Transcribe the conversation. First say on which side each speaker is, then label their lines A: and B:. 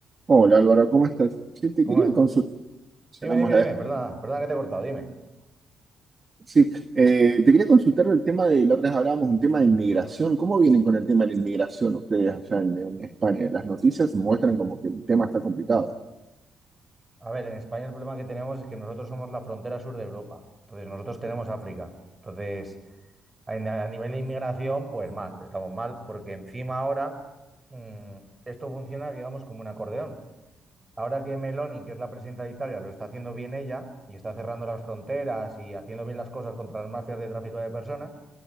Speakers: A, on the right (about 35°); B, on the right (about 20°).
A: Hola Álvaro, ¿cómo estás? Sí, te
B: ¿Cómo
A: quería
B: es?
A: consultar, mencionamos
B: Dime, dime,
A: la
B: dime,
A: vez-
B: perdona, perdona que te he cortado, dime.
A: sí, eh, te quería consultar el tema de, la otra vez hablábamos, un tema de inmigración. ¿Cómo vienen con el tema de la inmigración ustedes allá en, en España? Las noticias muestran como que el tema está complicado.
B: A ver, en España el problema que tenemos es que nosotros somos la frontera sur de Europa, entonces nosotros tenemos África, entonces a, a nivel de inmigración, pues mal, estamos mal, porque encima ahora mm, esto funciona, digamos, como un acordeón. Ahora que Meloni, que es la presidenta de Italia, lo está haciendo bien ella y está cerrando las fronteras y haciendo bien las cosas contra las mafias de tráfico de personas,